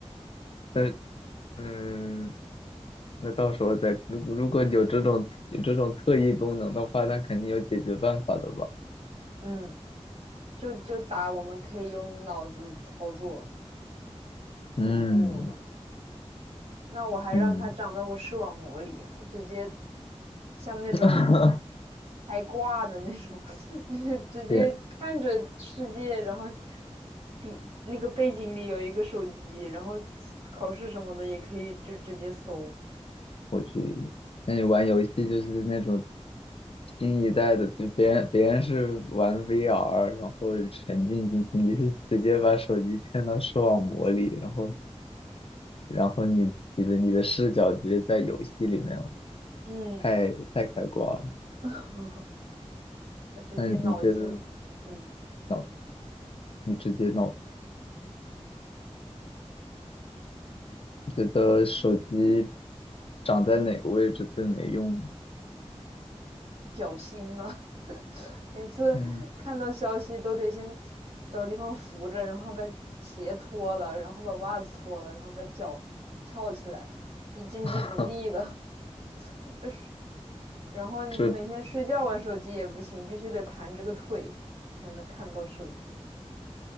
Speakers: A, on the left (about 55°); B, on the right (about 55°).
A: 那
B: <laughs>
A: 嗯，那到时候再，如如果有这种有这种特异功能的话，它肯定有解决办法的吧？
B: 嗯，就就打我们可以用脑子操作屏幕了。
A: 嗯
B: 那我还让它长在我视网膜里啊，
A: 嗯，
B: 它直接像那种
A: <laughs>
B: 开挂的那种，<laughs> 就是直接看着世界，
A: 别
B: 然后底那个背景里有一个手机，然后考试什么的也可以就直接搜。
A: 我去，那你玩游戏就是那种新一代的，就别人别人是玩 VR，然后沉浸进去，你是直接把手机嵌到视网膜里，然后然后你你的你的视角直接在游戏里面哦，
B: 嗯，
A: 太太开挂了。
B: <laughs> 我直接脑机，
A: 那你觉得
B: 嗯
A: 脑，你直接脑，你觉得手机
B: 嗯，
A: 长在哪个位置最没用？
B: 绞心吗？每次看到消息都得先
A: 嗯，
B: 找地方扶着，然后把鞋脱了，然后把袜子脱了，然后把脚翘起来，就经济独立的。
A: <laughs>
B: <laughs> 这是然后你每天睡觉玩手机也不行，
A: 这
B: 必须得盘着个腿才能看到手机。